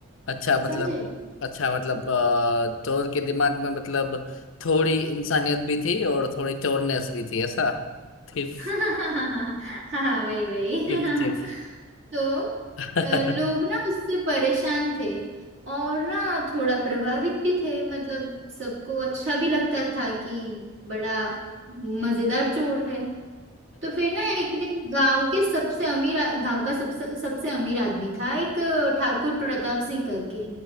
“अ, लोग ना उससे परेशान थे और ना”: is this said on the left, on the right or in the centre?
Right